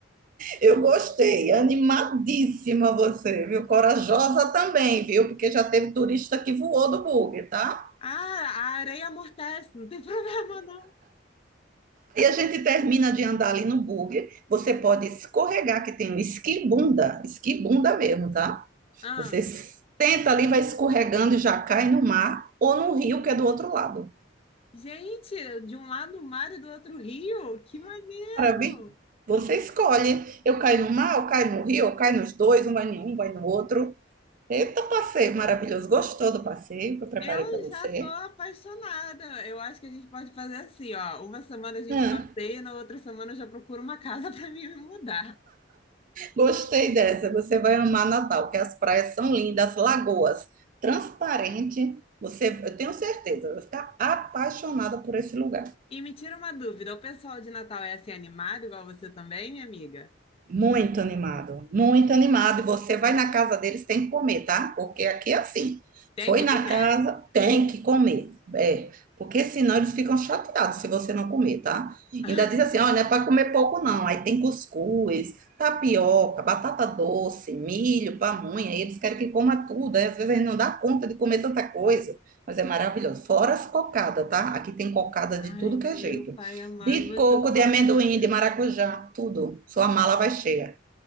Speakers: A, on the right; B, on the left.
A: eu gostei, animadíssima você, viu? Corajosa também, viu? Porque já teve turista que voou do bugre, tá?
B: Ah, a areia amortece, não tem <laughs> problema não.
A: Aí a gente termina de andar ali no buggy. Você pode escorregar, que tem um esquibunda, esquibunda mesmo, tá?
B: Ah,
A: Você senta ali, vai escorregando e já cai no mar ou no rio, que é do outro lado.
B: gente, de um lado o mar e do outro o rio, que maneiro!
A: Maravilha. Você escolhe. Eu caio no mar, eu caio no rio, eu caio nos dois, um vai em um, vai no outro. Eita, passeio maravilhoso. Gostou do passeio que eu preparei
B: Eu
A: para você?
B: já tô apaixonada. Eu acho que a gente pode fazer assim, ó. Uma semana a gente
A: Hã?
B: passeia, na outra semana eu já procuro uma casa <laughs> para mim me mudar.
A: Gostei dessa. Você vai amar Natal, que as praias são lindas, as lagoas transparentes. Você, eu tenho certeza, vai ficar apaixonada por esse lugar.
B: E me tira uma dúvida, o pessoal de Natal é assim animado, igual você também, minha amiga?
A: Muito animado, muito animado. E você vai na casa deles, tem que comer, tá? Porque aqui é assim.
B: Tem
A: Foi
B: que
A: na
B: comer.
A: casa, tem que comer. É, porque senão eles ficam chateados se você não comer, tá?
B: <laughs>
A: Ainda diz assim, olha, não é para comer pouco não. Aí tem cuscuz, tapioca, batata doce, milho, pamonha. E eles querem que coma tudo. Aí às vezes a gente não dá conta de comer tanta coisa. Mas é maravilhoso. Fora as cocadas, tá? Aqui tem cocada de
B: Ai,
A: tudo que
B: meu
A: é jeito.
B: pai amado,
A: De
B: você
A: coco,
B: só
A: de amendoim,
B: me ganha.
A: de maracujá, tudo. Sua mala vai cheia,